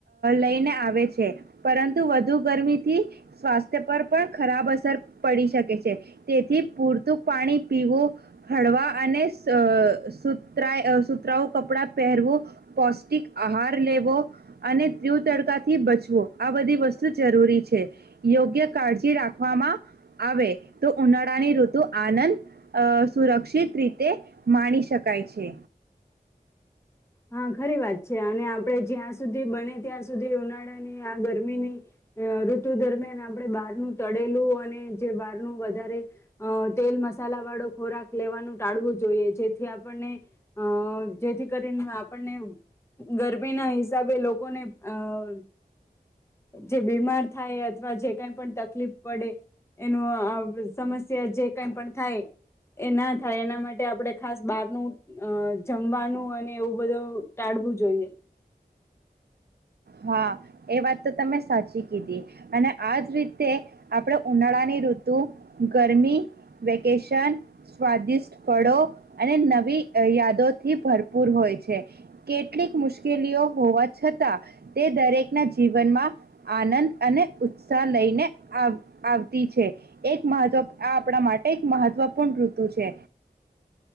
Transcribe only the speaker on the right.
લઈને આવે છે પરંતુ વધુ ગરમીથી સ્વાસ્થ્ય પર પણ ખરાબ અસર પડી શકે છે. તેથી પૂરતું પાણી પીવું હળવા અને સુરા સુતરાવ. કપડા પહેરવું. પૌષ્ટિક આહાર લેવો અને ત્યવ તડકા થી બચવો આ બધી વસ્તુ જરૂરી છે યોગ્ય કાળજી રાખવામાં આવે. તો ઉનાળાની ઋતુ આનંદ સુરક્ષિત રીતે માણી શકાય છે.
હા, એ વાત તો તમે સાચી કીધી. અને આજ રીતે આપણે ઉનાળાની ઋતુ, ગરમી, વેકેશન, સ્વાદિષ્ટ ફળો અને નવી યાદોથી ભરપૂર હોય છે. કેટલીક મુશ્કેલીઓ હોવા છતા તે દરેકના જીવનમાં આનંદ અને ઉત્સાહ લઈને આવ, આવતી છે. એક મહત્વ, આ આપણા માટે એક મહત્વપૂર્ણ ઋતુ છે.